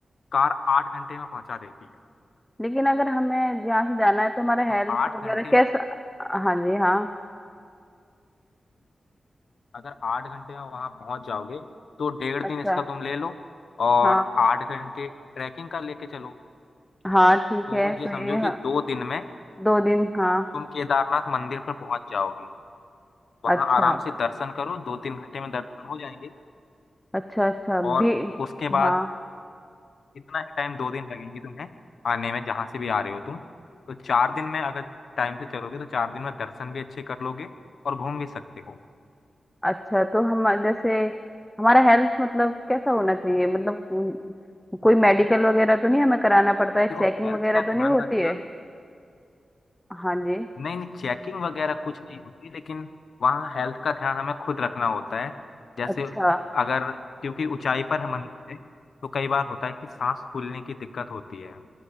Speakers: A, on the left (about 75°); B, in the centre.
A: कार आठ घंटे में पहुंचा देती है
B: लेकिन अगर हमें यहाँ से जाना है तो हमारा
A: तो
B: हेल्थ
A: आठ
B: वगैरह
A: घंटे में
B: कैसा
A: अगर
B: हाँ जी हाँ
A: अगर आठ घंटे में वहां पहुंच जाओगे तो डेढ़
B: अच्छा
A: दिन इसका तुम ले लो और
B: हाँ
A: आठ घंटे ट्रैकिंग का लेके चलो
B: हाँ ठीक
A: तो
B: है तो
A: ये समझो
B: ये
A: कि दो दिन में
B: दो दिन हाँ
A: तुम केदारनाथ मंदिर पर पहुंच जाओगे वहाँ
B: अच्छा
A: आराम से दर्शन करो दो तीन घंटे में दर्शन हो जाएंगे
B: अच्छा अच्छा
A: और
B: भी
A: उसके बाद
B: हाँ
A: इतना ही टाइम दो दिन लगेंगे तुम्हें आने में जहाँ से भी आ रहे हो तुम तो चार दिन में अगर टाइम से चलोगे तो चार दिन में दर्शन भी अच्छे कर लोगे और घूम भी सकते हो
B: अच्छा तो हम जैसे हमारा हेल्थ मतलब कैसा होना चाहिए मतलब उम, कोई मेडिकल वगैरह तो नहीं हमें कराना पड़ता है चेकिंग
A: देखो हेल्थ
B: वगैरह
A: का
B: तो नहीं
A: ध्यान
B: होती
A: रखना
B: है हाँ जी
A: नहीं नहीं चेकिंग वगैरह कुछ नहीं होती लेकिन वहाँ हेल्थ का ध्यान हमें खुद रखना होता है जैसे
B: अच्छा
A: अगर क्योंकि ऊंचाई पर हम मंदिर है तो कई बार होता है कि सांस फूलने की दिक्कत होती है